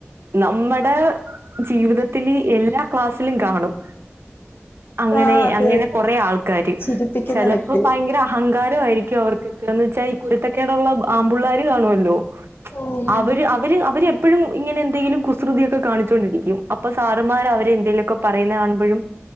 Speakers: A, on the right; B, on the left.
A: നമ്മടെ ജീവിതത്തില് എല്ലാ ക്ലാസ്സിലും കാണും. അങ്ങനെ
B: ആ അതെ
A: അങ്ങനെ കൊറേ ആൾക്കാര്
B: ചിരിപ്പിക്കുന്ന
A: ചെലപ്പോ
B: വ്യക്തി
A: ഭയങ്കര അഹങ്കാരവായിരിക്കും അവർ കിക്കെന്ന് വെച്ചാ ഈ കുരുത്തക്കേടൊള്ള ആമ്പിള്ളേര് കാണ്വാല്ലോ
B: ഉം
A: അവര് അവര് അവര് എപ്പഴും ഇങ്ങനെ എന്തെങ്കിലും കുസൃതിയൊക്കെ കാണിച്ചോണ്ടിരിക്ക്യും. അപ്പ സാറ്മാര് അവരെന്തെലൊക്കെ. പറയുന്ന കാണുമ്പഴും